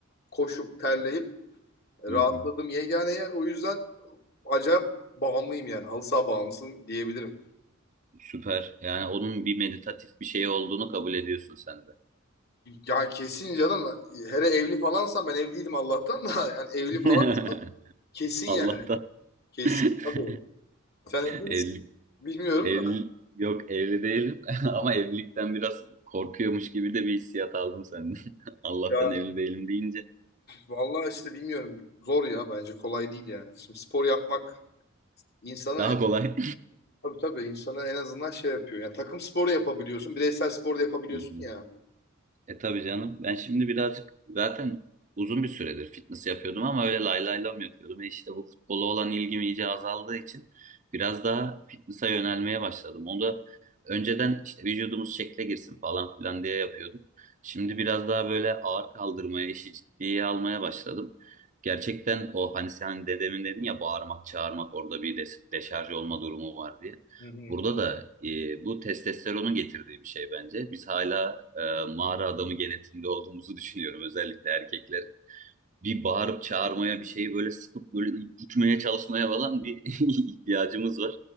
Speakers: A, on the left (about 50°); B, on the right (about 35°).
A: koşup terleyip Rahatladım.
B: hı hı.
A: Yani eğer o yüzden acayip bağımlıyım yani. Halı saha bağımlısın diyebilirim.
B: Süper. Yani onun bir meditatif bir şey olduğunu kabul ediyorsun sen de.
A: Yani kesin canım. Hele evli falansa ben evli değilim Allah'tan da. <laughs> Yani evli
B: <laughs>
A: falan kesin yani.
B: Allah'tan
A: Kesin.
B: <laughs>
A: Tabii. Sen evli
B: evlilik
A: misin? Bilmiyorum
B: evli
A: da.
B: yok evli değilim <laughs> ama evlilikten biraz korkuyormuş gibi de bir hissiyat aldım senden. <laughs> Allah'tan
A: Ya
B: evli değilim deyince
A: vallahi işte bilmiyorum. Zor ya bence kolay değil yani. Şimdi spor yapmak insana
B: daha
A: en,
B: kolay.
A: tabii tabii insana en azından şey yapıyor. Yani takım sporu yapabiliyorsun. Bireysel spor da yapabiliyorsun
B: <laughs>
A: ya.
B: E tabii canım. Ben şimdi birazcık zaten uzun bir süredir fitness yapıyordum ama öyle lay lay lam yapıyordum. E işte bu futbola olan ilgim iyice azaldığı için biraz daha fitness'a yönelmeye başladım. Onu da önceden işte vücudumuz şekle girsin falan filan diye yapıyordum. Şimdi biraz daha böyle ağır kaldırmaya, işi ciddiye almaya başladım. Gerçekten o hani sen dedemin dedin ya bağırmak, çağırmak orada bir de, deşarj olma durumu var diye.
A: Hı hı.
B: Burada da e, bu testosteronun getirdiği bir şey bence. Biz hala e, mağara adamı genetiğinde olduğumuzu <laughs> düşünüyorum. Özellikle erkekler bir bağırıp çağırmaya, bir şeyi böyle sıkıp böyle itmeye çalışmaya falan bir <laughs> ihtiyacımız var.